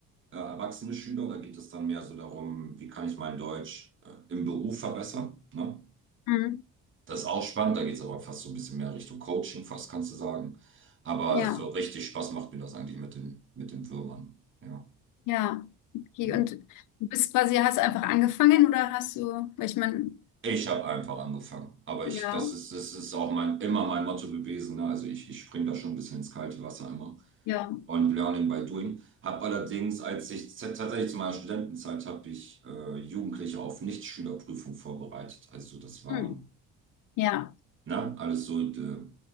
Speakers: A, on the right; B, on the left.
A: äh, erwachsene Schüler. Da geht es dann mehr so darum, wie kann ich mein Deutsch äh, im Beruf verbessern. Ne?
B: Mhm.
A: Das ist auch spannend, da geht es aber fast so ein bisschen mehr Richtung Coaching, fast kannst du sagen. Aber
B: Ja,
A: so richtig Spaß macht mir das eigentlich mit den, mit den Würmern. Ja,
B: ja. Okay,
A: ja.
B: und du bist quasi, hast einfach angefangen oder hast du, weil ich meine,
A: Ich habe einfach angefangen. Aber
B: ja,
A: ich, das ist, das ist auch mein, immer mein Motto gewesen. Ne? Also ich, ich springe da schon ein bisschen ins kalte Wasser immer.
B: ja,
A: und Learning by Doing. Habe allerdings, als ich z- tatsächlich zu meiner Studentenzeit, habe ich äh, Jugendliche auf Nichtschülerprüfung vorbereitet. Also das war,
B: mhm. Ja,
A: ne, alles so äh,